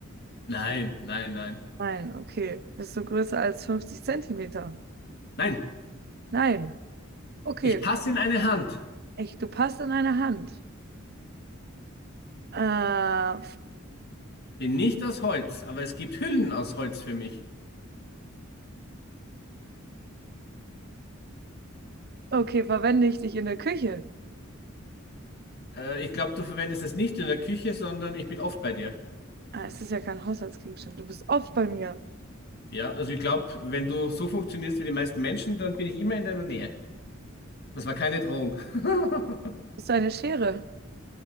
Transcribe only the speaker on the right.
Nein, okay. Bist du größer als 50 Zentimeter?
Nein. Okay.
Echt, du passt in eine Hand. Äh,
okay, verwende ich dich in der Küche?
Ah, es ist ja kein Haushaltsgegenstand. Du bist oft bei mir.
Bist du eine Schere?